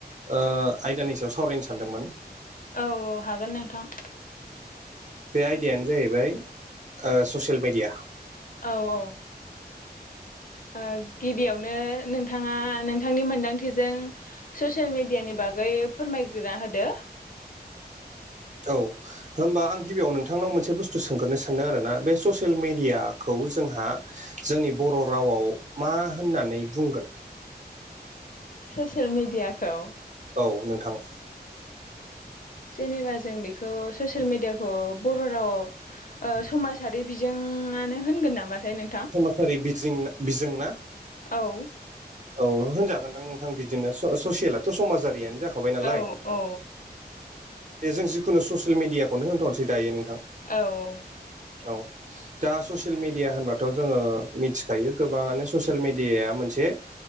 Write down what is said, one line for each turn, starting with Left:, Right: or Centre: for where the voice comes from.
Right: ओ आयदानि सायाव सावरायनो सानदोंमोन।
Left: औ औ हागोन नोंथां।
Right: बे आयदायानो जाहैबाय ओ ससियेल मेडिया।
Left: औ औ। ओ गिबियावनो नोंथाङा नोंथांनि मोनदांथिजों ससियेल मेडियानि बागै फोरमायग्रोना होदो।
Right: औ। होमबा आं गिबियाव नोंथांनाव मोनसे बुस्थु सोंग्रोनो सानदों आरोना। बे ससियेल मेडियाखौ जोंहा जोंनि बर' रावाव मा होननानै बुंगोन?
Left: ससियेल मेडियाखौ?
Right: औ नोंथां।
Left: जेनेबा जों बेखौ ससियेल मेडियाखौ बर' रावाव ओ समाजारि बिजोंआनो होनगोन नामाथाय नों
Right: समाजारि बिरजों बिजोंना?
Left: औ
Right: औ होनजागोनदां नोंथां बिदिनो स ससियेलाथ' समाजारियानो जाखाबाय नालाय
Left: औ औ
Right: दे जों जिखुनु ससियेल मेडियाखौनो होनथ'नोसै दायो नोंथां
Left: औ
Right: औ दा ससियेल मिडिया होनबाथ' जोङो मिथिखायो गोबाङानो ससियेल मेडियाया मोनसे